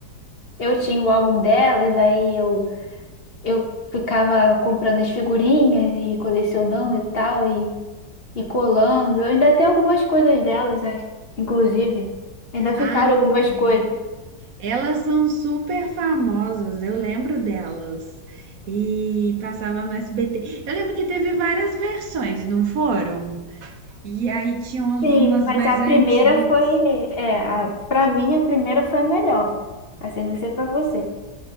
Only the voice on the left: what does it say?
Eu tinha o álbum delas, aí eu, eu ficava comprando as figurinhas e colecionando e tal, e, e colando. Eu ainda tenho algumas coisas delas, é, inclusive. Ainda ficaram
algumas coisas.
Sim,
mas
a primeira
foi, é, a, para mim a primeira foi a melhor, assim, não sei pra você.